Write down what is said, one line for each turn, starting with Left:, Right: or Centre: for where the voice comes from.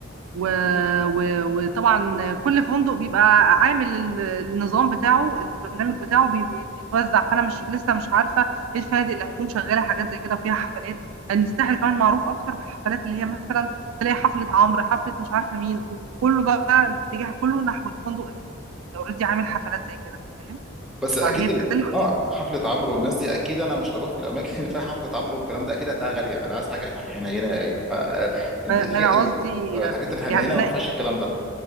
Right: و... و... وطبعا كل فندق بيبقى عامل ال- النظام بتاعه البرنامج بتاعه بي... بي... بيتوزع فانا مش لسه مش عارفه ايه الفنادق اللي هتكون شغاله حاجات زي كده وفيها حفلات لان الساحل كمان معروف اكتر بالحفلات اللي هي مثلا تلاقي حفله عمرو حفله مش عارفه مين وكله بقى الاتجاه كله نحو الفندق اللي اوريدي عامل حفلات زي كده فاهم
Centre: بس اكيد
Right: فهي
Centre: ال...
Right: بتختلف
Centre: اه حفله عمرو والناس دي اكيد انا مش هروح في الاماكن اللي فيها حفله عمرو والكلام ده اكيد هتلاقيها غاليه انا عايز حاجه هنا- حنينه ايه ف آه، انت-
Right: ما
Centre: الحاجة-
Right: ما انا
Centre: ال-
Right: قصدي
Centre: آه، الحاجات الحنينه
Right: يعني
Centre: ما فيهاش الكلام ده